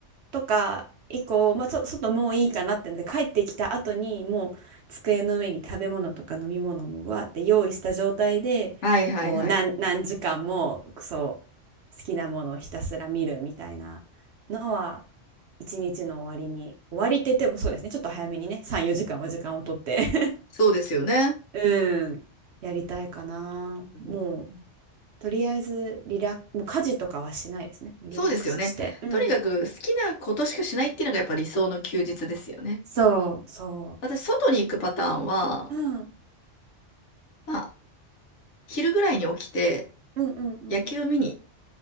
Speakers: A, on the right; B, on the left.
A: とか以降、まあ、そ、外もういいかなってので帰ってきた後にもう机の上に食べ物とか飲み物もわーって用意した状態でこう何、
B: はいはいはい。
A: 何時間もそう好きなものをひたすら見るみたいなのは一日の終わりに終わりって言ってもそうですねちょっと早めにね3、4時間は時間をとって
B: そうですよね。
A: <laughs> うん、やりたいかな。
B: うん
A: もうとりあえずリラッ、もう家事とかはしないですね。リラックスして。
B: そうですよね。
A: うん
B: とにかく好きなことしかしないっていうのがやっぱ理想の休日ですよね。
A: そう、そ
B: 私、外に行くパターンは、
A: う。うん。
B: まあ、昼ぐらいに起きて
A: うんうんうん。うん
B: 野球見に